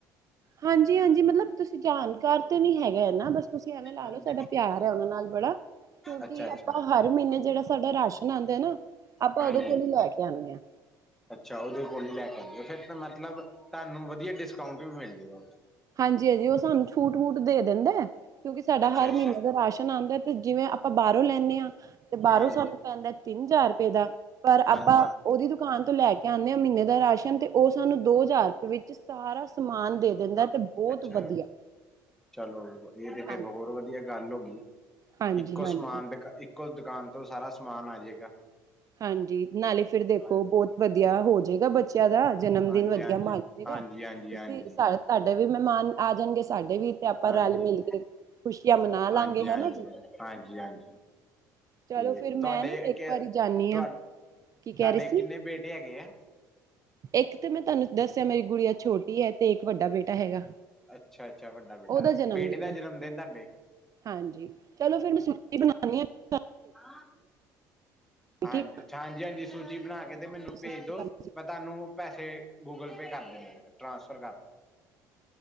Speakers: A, on the right (about 40°); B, in the centre.
A: ਹਾਂਜੀ ਹਾਂਜੀ ਮਤਲਬ ਤੁਸੀਂ ਜਾਣ ਘਰ ਤੇ ਨੀ ਹੈਗਾ ਨਾ ਬਸ ਤੁਸੀਂ ਐਵੇਂ ਲਾ
B: ਹਾਂਜੀ
A: ਲਓ ਸਾਡਾ ਪਿਆਰ ਹੈ ਉਹਨਾਂ ਨਾਲ ਬੜਾ ਕਿਉਂਕਿ
B: ਅੱਛਾ
A: ਆਪਾਂ
B: ਅੱਛਾ
A: ਹਰ ਮਹੀਨੇ ਜਿਹੜਾ ਸਾਡਾ ਰਾਸ਼ਨ ਆਉਂਦਾ ਨਾ ਆਪਾਂ
B: ਹਾਂਜੀ
A: ਦੋਂ ਕੋਲ ਹੀ ਲੈ ਕੇ ਆਉਦੇ ਹਾਂ
B: ਅੱਛਾ ਉਹਦੇ ਕੋਲ ਹੀ ਲੈ ਕੇ ਆਉਂਦੇ ਹੋ ਫਿਰ ਤਾਂ ਮਤਲਬ ਤੁਹਾਨੂੰ ਵਧੀਆ ਡਿਸਕਾਊਂਟ ਵੀ ਮਿਲ ਜਾਏਗਾਥ
A: ਹਾਂਜੀ ਹਾਂਜੀ ਉਹ ਸਾਨੂੰ ਛੂਟ ਵੂਟ ਦੇ ਦਿੰਦਾ ਕਿਉਂਕਿ ਸਾਡਾ
B: ਅੱਛਾ
A: ਹਰ
B: ਅੱਛਾ
A: ਮਹੀਨੇ ਦਾ ਰਾਸ਼ਨ ਆਉਂਦਾ ਅਤੇ ਜਿਵੇਂ ਆਪਾਂ ਬਾਹਰੋਂ ਲੈਂਦੇ ਹਾਂ ਤੇ ਬਾਹਰੋਂ
B: ਹਾਂਜੀ
A: ਸਾਨੂੰ ਪੈਂਦਾ ਤਿੰਨ ਹਜ਼ਾਰ ਰੁਪਏ ਦਾ ਪਰ
B: ਹਾਂਜੀ
A: ਆਪਾਂ ਉਹਦੀ ਦੁਕਾਨ ਤੋਂ ਲੈ ਕੇ ਆਉਂਦੇ ਹਾਂ ਮਹੀਨੇ ਦਾ ਰਾਸ਼ਨ ਤੇ ਉਹ ਸਾਨੂੰ ਦੋ ਹਜ਼ਾਰ ਰੁਪਏ ਵਿੱਚ ਸਾਰਾ ਸਮਾਨ ਦੇ ਦਿੰਦਾ ਬਹੁਤ
B: ਅੱਛਾ
A: ਵਧੀਆ
B: ਚਲੋ ਇਹ ਤੇ ਫੇਿਰ
A: ਹਾਂਜੀ
B: ਹੋਰ ਵਧੀਆ ਗੱਲ ਹੋ ਗਈ
A: ਹਾਂਜੀ
B: ਇੱਕੋ
A: ਹਾਂਜੀ
B: ਸਮਾਨ ਦੁ ਇੱਕੋ ਦੁਕਾਨ ਤੋਂ ਸਾਰਾ ਸਮਾਨ ਆ ਜਾਏਗਾ
A: ਹਾਂਜੀ ਨਾਲੇ ਫਿਰ ਦੇਖੋ
B: ਹਾਂਜੀ
A: ਬਹੁਤ ਵਧੀਆ ਹੋ ਜਾਏਗਾ ਬੱਚੇ ਦਾ ਜਨਮ
B: ਹਾਂਜੀ
A: ਦਿਨ ਵਧੀਆ
B: ਹਾਂਜੀ
A: ਮਨਏਗਾ
B: ਹਾਂਜੀ
A: ਤੁਸੀਂ
B: ਹਾਂਜੀ ਹਾਂਜੀ
A: ਸਾ ਤੁਹਾਡੇ ਵੀ ਮਹਿਮਾਨ ਆ ਜਾਣਗੇ ਸਾਡੇ ਦੇ ਵੀ ਤੇ ਆਪਾਂ
B: ਹਾਂਜੀ
A: ਰਲ ਮਿਲ ਕੇ ਖੁਸ਼ੀਆਂ ਮਨਾ ਲਾਂਗੇ
B: ਹਾਂਜੀ ਹਾਂਜੀ
A: ਹਨਾ ਜੀ
B: ਹਾਂਜੀ ਹਾਂਜੀ
A: ਚਲੋ
B: ਤੇ
A: ਫਿਰ ਮੈਂ
B: ਤੁਹਾਡੇ
A: ਨਾ ਇੱਕ
B: ਕੇ
A: ਵਾਰੀ ਜਾਂਦੀ
B: ਤੁਹਾ
A: ਹਾਂ
B: ਤੁਹਾਡੇ
A: ਕੀ ਕਹਿ ਰਹੀ ਸੀ
B: ਕਿੰਨੇ ਬੇਟੇ ਹੈਗੇ ਆ
A: ਇੱਕ ਤੇ ਮੈਂ ਤੁਹਾਨੂੰ ਦੱਸਿਆ ਮੇਰੀ ਗੁੜੀਆ ਛੋਟੀ ਹੈ ਤੇ ਇੱਕ ਵੱਡਾ ਬੇਟਾ ਹੈਗਾ।
B: ਅੱਛਾ ਅੱਛਾ ਵੱਡਾ ਬੇਟਾ
A: ਉਹਦਾ ਜਨਮ
B: ਬੇਟੇ ਦਾ
A: ਹੈ
B: ਜਨਮ ਦਿਨ ਤੁਹਾਡੇ।
A: ਹਾਂਜੀ ਚਲੋ ਫੇਰ ਮੈਂ ਸੁ ਬਣਾਉਣੀ ਹਾਂ।
B: ਆਂ। ਹਾਂਜੀ
A: ਠੀਕ
B: ਹਾਂਜੀ ਹਾਂਜੀ ਸੂਜੀ ਬਣਾ ਕੇ ਤੇ ਮੈਨੂੰ
A: ਸਤਿ
B: ਭੇਜ
A: ਸ਼੍ਰੀ
B: ਦੋ
A: ਅਕਾਲ ਜੀ
B: ਮੈਂ ਤੁਹਾਨੂੰ ਪੈਸੇ। ਗੂਗਲ ਪੇ ਕਰ ਦਿੰਦਾ ਟ੍ਰਾਂਸਫਰ ਕਰ।